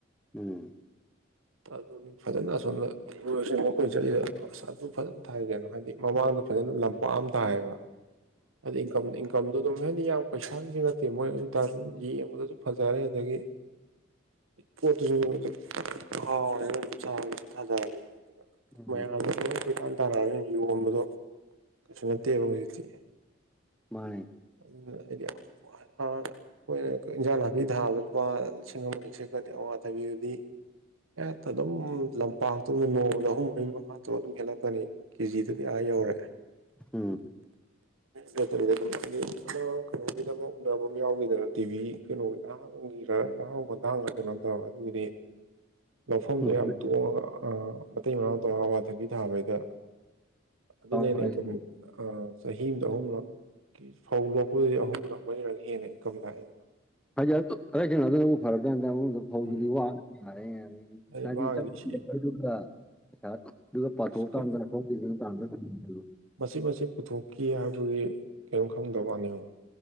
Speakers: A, in the centre; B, on the right.
A: ꯎꯝ
B: ꯑꯗꯨ ꯑꯗꯨꯅꯤ ꯐꯖꯅꯁꯣꯅ ꯏꯨꯔꯁꯨ ꯃꯈꯣꯏ ꯆꯠꯂꯤꯗ ꯑꯁ ꯑꯗꯨ ꯐꯖꯅ ꯊꯥꯏ ꯀꯩꯅꯣ ꯍꯥꯏꯗꯤ ꯃꯃꯥꯡꯗ ꯐꯖꯅ ꯂꯝꯄꯥꯛ ꯑꯃ ꯊꯥꯏꯌꯦꯕ ꯑ ꯏ ꯀꯝ <inaudible> ꯀꯝꯗꯨ ꯑꯗꯨꯝ ꯍꯥꯏꯗꯤ ꯌꯥꯝ ꯄꯩꯁꯥꯒꯤꯁꯨ ꯅꯠꯇꯦ ꯃꯣꯏ ꯑꯗꯨ ꯇꯥꯔꯁꯨ ꯌꯦꯡꯕꯗꯁꯨ ꯐꯖꯔꯦ ꯑꯗꯒꯤ ꯄꯠꯇꯁꯨ ꯑꯣꯏ ꯍꯥꯎꯔꯦꯅ ꯐꯖꯔꯕꯅꯤꯅ ꯆꯥꯕꯗꯁꯨ
A: ꯎꯝ
B: ꯃꯌꯝꯅ ꯇꯥꯟ ꯇꯥꯅꯒꯅ ꯌꯣꯟꯕꯗꯣ ꯀꯩꯁꯨ ꯅꯠꯇꯦꯕ ꯍꯧꯖꯤꯛꯇꯤ
A: ꯃꯥꯅꯤ
B: ꯑꯗꯨꯒꯤ ꯑꯩꯗꯤ ꯑꯩꯈꯣꯏꯅ ꯏꯟꯖꯥꯡ ꯅꯥꯄꯤ ꯊꯥꯕꯗ ꯂꯨꯄꯥ ꯂꯤꯁꯤꯡ ꯑꯃ ꯁꯦꯠꯀꯅꯤ ꯑꯋꯥ ꯊꯕꯤꯗꯨꯗꯤ ꯍꯠ ꯑꯗꯨꯝ ꯂꯝꯄꯥꯛꯇꯣ ꯅꯣꯡꯃꯗ ꯑꯍꯨꯝ ꯃꯔꯤ ꯃꯉꯥ ꯇ ꯑꯗꯨꯝ ꯍꯦꯜꯂꯛꯀꯅꯤ ꯀꯦꯖꯤꯗꯗꯤ ꯑꯥ ꯌꯧꯔꯦ
A: ꯎꯝ
B: ꯅꯠꯇꯕꯤꯗ ꯑꯗꯨꯝ ꯍꯥꯏꯗꯤ ꯑꯃ ꯀꯩꯅꯣꯒꯤꯗꯃꯛ ꯎꯅꯕ ꯑꯃ ꯌꯥꯎꯈꯤꯗꯅ ꯇꯤꯚꯤ ꯀꯩꯅꯣꯒꯤ ꯒꯤꯔ ꯂꯍꯥꯡ ꯈꯣꯟꯊꯥꯡꯒ ꯀꯩꯅꯣꯝ ꯇꯧꯔꯒ ꯑꯗꯨꯒꯤꯗꯤ ꯂꯧꯐꯝꯗꯣ
A: ꯎꯝ
B: ꯌꯥꯝ ꯇꯣꯡꯉꯒ ꯃꯇꯩ ꯃꯔꯥꯡ ꯇꯧꯔꯒ ꯑꯋꯥꯊꯛꯀꯤ ꯊꯥꯕꯩꯗ ꯑꯗꯨ ꯅꯅꯦ
A: ꯍꯥꯏꯗꯤ
B: ꯀ ꯆꯍꯤ ꯑꯃꯗ ꯑꯍꯨꯝꯂꯛꯀꯤ ꯐꯧ ꯂꯣꯛꯄꯗꯗꯤ ꯑꯍꯨꯝꯂꯛ ꯃꯔꯤꯔꯛ ꯍꯦꯟꯅ ꯏꯟꯀꯝ ꯂꯥꯛꯑꯦ
A: ꯍꯖꯤ ꯔꯖꯅ ꯑꯗꯨꯅꯕꯨ ꯐꯔꯗ ꯐ
B: ꯎꯝ
A: ꯋꯥꯔ
B: ꯑꯩ
A: ꯉꯗꯤ
B: ꯃꯥꯒꯤꯗꯤ
A: ꯆꯦꯔꯗꯨꯒ
B: ꯁꯤ
A: ꯄꯩꯁꯥꯗꯨꯒ ꯄꯥꯊꯣꯛꯑꯀꯥꯟꯗꯣꯛꯟ
B: ꯑꯁ
A: ꯀ
B: ꯃꯆꯠ ꯃꯆꯠ ꯄꯨꯊꯣꯛꯈꯤ ꯍꯥꯏꯕꯒꯤ ꯀꯔꯤꯝ ꯈꯪꯗꯕ ꯋꯥꯅꯦꯕ